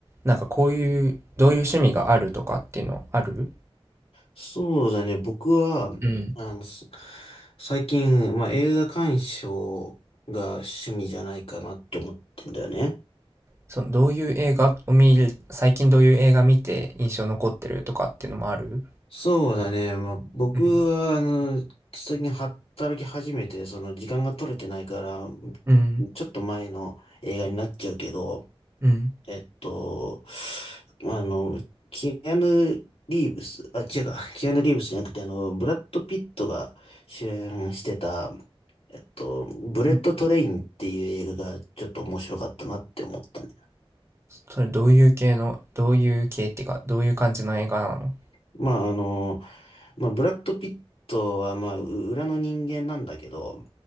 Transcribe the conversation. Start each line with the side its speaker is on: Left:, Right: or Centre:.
Right: なんかこういう、どういう趣味があるとかっていうのある
Left: そうだね。僕は、
Right: うん
Left: あの、す最近、まあ、映画鑑賞が趣味じゃないかなって思ってんだよね。
Right: そのどういう映画を見る、最近どういう映画見て印象残ってるとかっていうのもある
Left: そうだね。まあ、僕は、
Right: うん
Left: あの、最近働き始めて、その時間が取れてないから、
Right: うん
Left: ちょっと前の映画になっちゃうけど、
Right: うん
Left: えっと、あの、キアヌ・リーブス、あ、違うか、キアヌ・リーブスじゃなくて、あの、ブラッド・ピットが主演してた、えっと、ブレット・
Right: うん
Left: トレインっていう映画がちょっと面白かったなって思ったね。
Right: それどういう系の、どういう系っていうか、どういう感じの映画なの
Left: まあ、あの、まあ、ブラッド・ピットは、まあ、う裏の人間なんだけど、